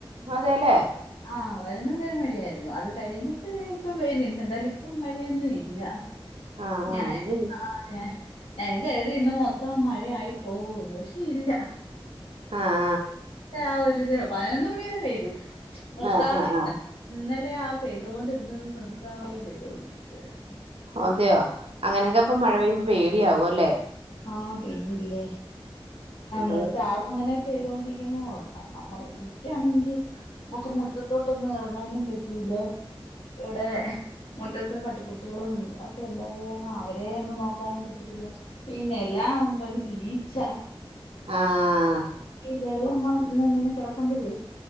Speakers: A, on the right (about 85°); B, on the left (about 80°).
A: അതെല്ലേ
B: ആഹ് പതിനൊന്നു മണിവരെ മഴയായിരുന്നു അത് കഴിഞ്ഞിട്ട് ഇപ്പം വെയി ൽ ഇണ്ട് എന്താലും ഇപ്പംമഴ യൊന്നും ഇല്ല
A: ആഹ്
B: ഞായ
A: ഇന്ന്
B: ആ <unintelligible> ഞാനും ക <unintelligible> രുതി ഇന്ന് മൊത്തം മഴയായി പോകന്ന് പക്ഷെ ഇല്ല
A: ആഹ്
B: ആ ഒരിത് പതിനൊന്ന മണിയരെ പെയ്തു നിർത്താതെ
A: ആഹ് ആഹ് ആഹ്
B: ഇ
A: ആഹ്
B: ന്നലെ ആ പെയ്തൊണ്ടിരുന്നത് നിർത്ത തെ പെയ്തൊണ്ടിരിക്കുവായിരുന്നു
A: അതെയോ അങ്ങനൊക്കെപ്പൊ മഴ പെയ്യുമ്പോ പേടിയാവോ അല്ലേ
B: ആഹ പിന്നില്ലേ
A: എന്തോ
B: നിർത്തതെ അങ്ങനെ പൈ തൊണ്ടിരിക്കുമ്പോ <unintelligible> എനിക്കാണെങ്കിൽ നമുക്ക് മുറ്റത്തോട്ടൊന്നും ഇറങ്ങാനും പറ്റൂല്ല എവിടെ മുറ്റത്ത് പട്ടിക്കുട്ടികളും ഒക്കെ ഉണ്ടായത് കാര ണംഅവരെ ഒന്നും നോക്കാനും പറ്റത്തില്ല പിന്നെ എല്ലാ പറിഈച്ച
A: ആഹ
B: വെള്ളം വ ന്ന് ഇങ്ങനെ കിടക്ക്മ്പ ഴേ